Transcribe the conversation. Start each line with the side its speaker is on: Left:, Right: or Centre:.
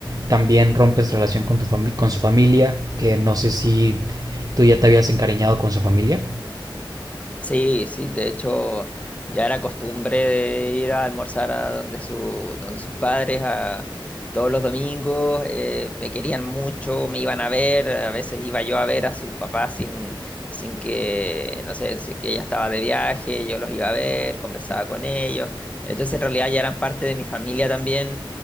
Right: también rompes relación con, tu fami- con su familia, que no sé si tú ya te habías encariñado con su familia.
Left: Sí, sí, de hecho ya era costumbre de ir a almorzar a donde su, donde sus padres a todos los domingos, eh, me querían mucho, me iban a ver, a veces iba yo a ver a sus papás sin, sin que, no sé, si es que ella estaba de viaje, yo los iba a ver, conversaba con ellos, entonces en realidad ya eran parte de mi familia también,